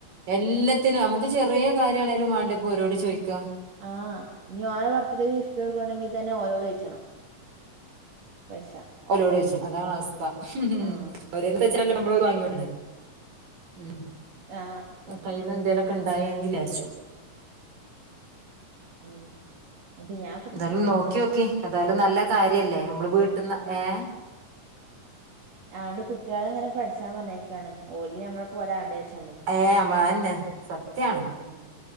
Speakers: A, on the right; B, on the right.
A: എല്ലാത്തിനും അമുക്ക് ചെറിയ കാര്യണേലും വേണ്ടെ ഇപ്പോ ഓരോട് ചോയിക്കാ
B: ആഹ് ഇഞ്ഞോരെ ബർത്ത്ഡേ ഗിഫറ്റ് ക്കുവാണെങ്കിൽ തന്നെ ഓരോട് ചോയിച്ചണം പൈസ
A: ഓലോട് ചോയിച്ചണം അതാണ് അവസ്ഥ ഉം
B: ആ
A: അവര്ന്ത് വെച്ചാലും
B: ഉം
A: നമ്മള് വാങ്ങി വെക്കണ് ഉം
B: ആ
A: കയ്മ്മേ എന്തേലുമൊക്കെ ഉണ്ടായെങ്കില് ലാരിച്ചു
B: ഉം എന്നിട്ട് ഞാ
A: എന്തായാലും നോക്കി നോക്കിയെ ഏതായാലും നല്ല കാര്യല്ലേ നമ്മള് വീട്ടിന്ന് ഏഹ്
B: അതൊണ്ട് കുട്ടികളെ ഇങ്ങനെ പഠിച്ചാ പറഞ്ഞേക്കാണ് ഓലും ഞമ്മള പോലെ ആവണ്ടെ വെച്ചാണ്ട്
A: ഏ യമ്മ അന്നെ സത്യാണ്
B: ആഹ്